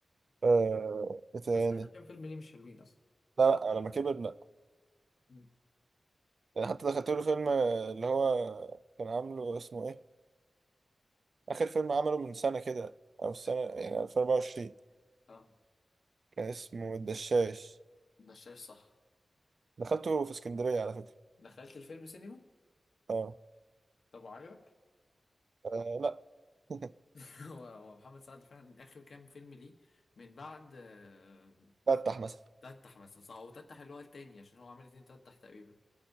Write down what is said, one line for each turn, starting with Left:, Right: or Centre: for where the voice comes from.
Right: أه... ايه تاني
Left: بس اخر كام فيلم ليه مش حلوين اصلا
Right: لا لا لما كبر
Left: مم.
Right: يعني حتى دخلت له فيلم اللي هو كان عامله اسمه ايه اخر فيلم عمله من سنه كده او السنه
Left: طيب.
Right: يعني 2024
Left: اه
Right: كان اسمه الدشاش
Left: ده شايف صح
Right: دخلته في اسكندريه على فكره
Left: دخلت الفيلم سينما
Right: اه
Left: طب عجبك
Right: آه، لا <laughs>
Left: <laughs> هو هو محمد سعد فعلا اخر كام فيلم ليه من بعد آه،
Right: فتح مثلا
Left: تتح مثلا صح هو تتح اللي هو التاني عشان هو عمل اتنين تتح تقريبا